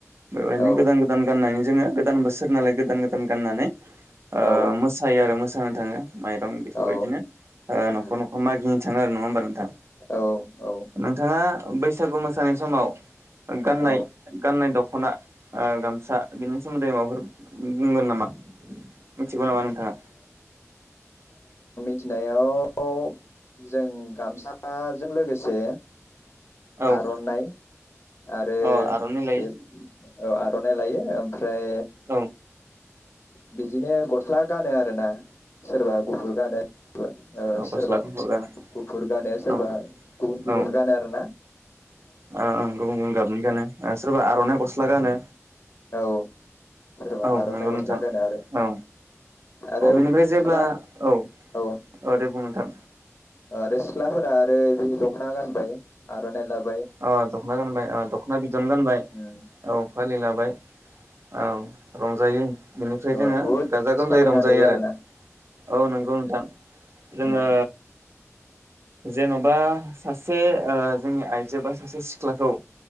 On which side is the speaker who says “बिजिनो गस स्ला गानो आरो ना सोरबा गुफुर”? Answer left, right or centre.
Left